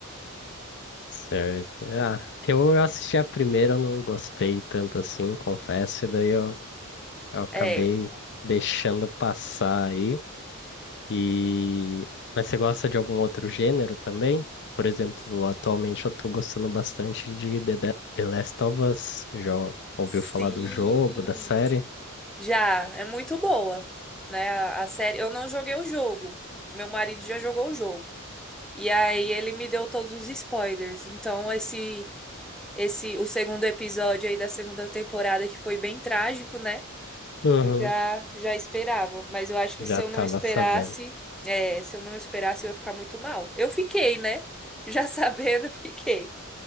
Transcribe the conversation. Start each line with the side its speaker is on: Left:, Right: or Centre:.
Left: Certo. Ah, eu assisti a primeira, eu não gostei tanto assim, confesso, e daí eu, eu acabei
Centre: É,
Left: deixando passar aí. E... Mas você gosta de algum outro gênero também? Por exemplo, atualmente eu tô gostando bastante de The, The The Last of Us. Já ouviu
Centre: sim.
Left: falar do jogo, da série?
Centre: Já, é muito boa, né? A, a série. Eu não joguei o jogo. Meu marido já jogou o jogo. E aí ele me deu todos os spoilers. Então esse esse o segundo episódio aí da segunda temporada que foi bem trágico, né?
Left: Uhum,
Centre: Eu já já esperava, mas eu acho que
Left: já
Centre: se eu
Left: tava
Centre: não esperasse,
Left: sabendo.
Centre: é, se eu não esperasse eu ia ficar muito mal. Eu fiquei, né? Já sabendo, <laughs> eu fiquei.